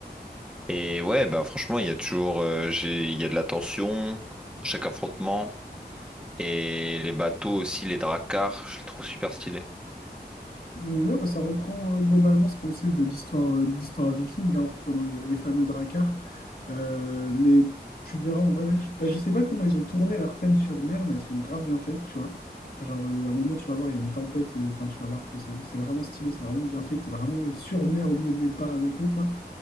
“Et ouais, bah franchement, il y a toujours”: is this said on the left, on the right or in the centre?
Centre